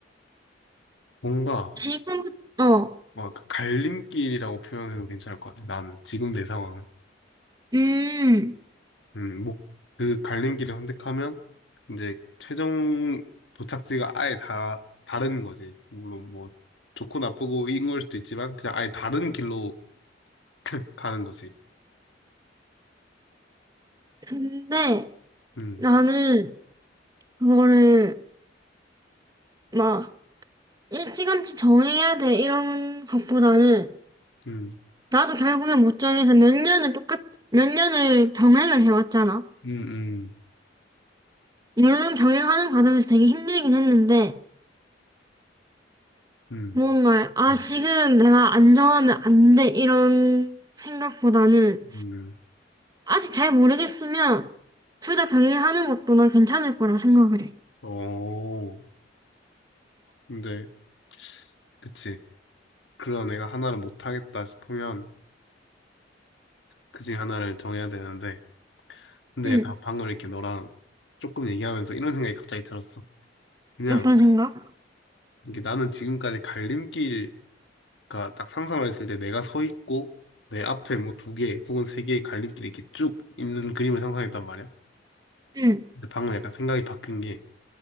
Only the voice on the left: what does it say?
뭔가,
막, 갈림길이라고 표현해도 괜찮을 것 같아. 난, 지금 내 상황은.
음, 목, 그 갈림 길을 선택하면 이제 최종 도착지가 아예 다 다른 거지. 물론 뭐 좋고 나쁘고 이런 걸 수도 있지만 그냥 아예 다른 길로 <laughs> 가는 거지.
음,
음,
음, 음,
음,
음.
음.
어, 근데 그치. 그런 애가 하나를 못 하겠다 싶으면 그중에 하나를 정해야 되는데 근데
약간 방금 이렇게 너랑 조금 얘기하면서 이런 생각이 갑자기 들었어. 그냥
이게 나는 지금까지 갈림길 그러니까 딱 상상을 했을 때 내가 서 있고 내 앞에 뭐 두 개 혹은 세 개의 갈림길이 이렇게 쭉 있는 그림을 상상했단 말이야.
근데 방금 약간 생각이 바뀐 게